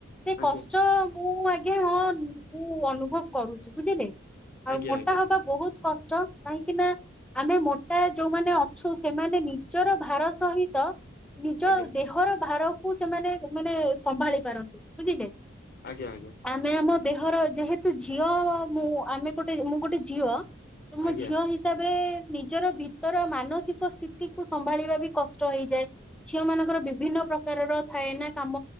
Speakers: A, in the centre; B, on the left.
A: ସେ
B: ଆଜ୍ଞା
A: କଷ୍ଟ ମୁଁ ଆଜ୍ଞା ହଁ ମୁ ଅନୁଭବ କରୁଛି ବୁଝିଲେ। ଆଉ
B: ଆଜ୍ଞା
A: ମୋଟା
B: ଆଜ୍ଞା
A: ହବା ବହୁତ କଷ୍ଟ କାହିଁକି ନା ଆମେ ମୋଟା ଯୋଉମାନେ ଅଛୁ ସେମାନେ ନି ନିଜର ଭାର ସହିତ ନିଜ
B: ଆଜ୍ଞା
A: ଦେହର ଭାର କୁ ସେମାନେ ମାନେ ସମ୍ଭାଳି ପାରନ୍ତି ବୁଝିଲେ।
B: ଆଜ୍ଞା ଆଜ୍ଞା।
A: ଆମେ ଆମ ଦେହର ଯେହେତୁ ଝିଅ ମୁଁ ଆମେ ଗୋଟେ ମୁଁ ଗୋଟେ ଝିଅ। ତୁମ
B: ଆଜ୍ଞା
A: ଝିଅ
B: ଆଜ୍ଞା
A: ହିସାବରେ ନିଜର ଭିତର ମାନସିକ ସ୍ଥିତି କୁ ସମ୍ଭାଳିବା ବି କଷ୍ଟ ହେଇଯାଏ ଝିଅ ମାନଙ୍କର ବିଭିନ୍ନ ପ୍ରକାରର ଥାଏ ନା କାମ